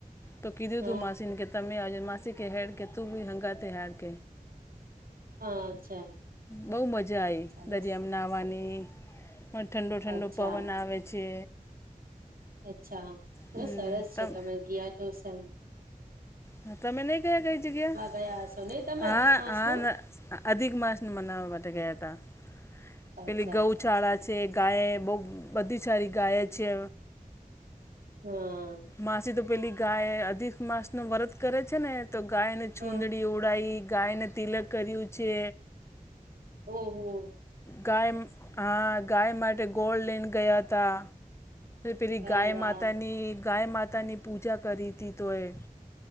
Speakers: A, on the left; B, on the right.
A: તો કીધું
B: હ
A: તું માસીન કે તમેજ માસીક હેડ કે તું બી હંગા તયાર ક.
B: અચ્છા
A: બઉુ મજા આઈ
B: સરસ
A: દરિયામાં. બનાવાની, પણ ઠંડો ઠંડો
B: અચ્છા
A: પવન આવે છે.
B: અચ્છા, તો
A: હમ
B: સરસ છે
A: તમ
B: તમે ગયા તો સહી.
A: હા તમે નહી કહયા કઈ જગ્યા?
B: ગયા હશો નહી તમે
A: હા
B: અધિક માસનું
A: હ અધિક માસને મનાવવા માટે ગયા તા. પેલી
B: અચ્છા
A: ગૌચાળા
B: અચ્છા અચ્છા
A: છે ગાય બહ બધી સારી ગાય છે.
B: હમ.
A: માસી તો પેલી ગાય અધિક માસ ન વરત કરે છે ને. તો ગાયને
B: હા
A: છૂદડી ઓડાઈ ગાયને તિલક કર્યું છે.
B: ઓહ.
A: ગાય હા ગાય માટે ગોળ લઈન ગયા હતા. પેલી
B: અરે
A: ગાય
B: વાહ!
A: માતાની ગાય માતાની પૂજા કરી હતી તો એ.